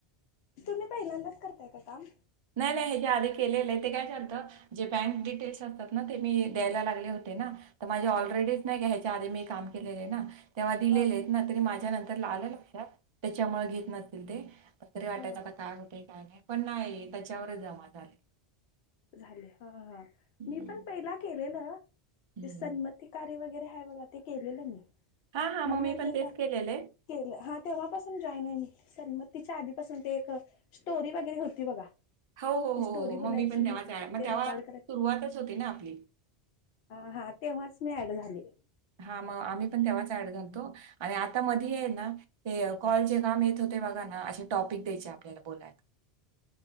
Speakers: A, on the left; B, on the right.
A: तुम्ही पहिल्यांदाच करतायेत काम
B: नाही नाही हे जे आधी केलेलं आहे ते काय चालतं जे बँक डिटेल्स असतात ना ते मी द्यायला लागले होते ना माझे ऑलरेडीच नाही ह्याच्या आधी मी काम केलेले ना तेव्हा दिलेले
A: हा
B: तरी माझ्या नंतर आलं लक्ष त्याच्यामुळे घेत नतील ते पतरी वाटय
A: हा
B: काता काय होतय काय नाही पण नाही त्याच्यावरच जमा झाले
A: झाले हा हा
B: हम्म.
A: मी पण पहिला केलेलं
B: हम्म.
A: ते सन्मती कार्य वगैरे आहे बघा ते केलेलं मी
B: हा हा मग
A: मला माहितीय
B: मी पण तेच
A: का
B: केलेलं आहे
A: केलं हा तेव्हापासून जॉईन आहे मी समतीिच्या आधीपासून ते एक स्टोरी वगैरे होती बघा
B: हो हो
A: ती
B: हो
A: स्टोरी
B: हो हो
A: बोलायची
B: मम्मी पण तेवच मग
A: ते रेकॉर्ड
B: तेव्हा सुरुवातच
A: करायच
B: होती ना आपली
A: ह हा तेव्हाच मी ऍड झाली
B: हा मग आम्ही पण तेव्हाच ॲड घालतो आणि आता मधी आहे ना ते कॉल चे काम येत होते बघा ना असे टॉपिक द्यायचे आपल्याला बोलायला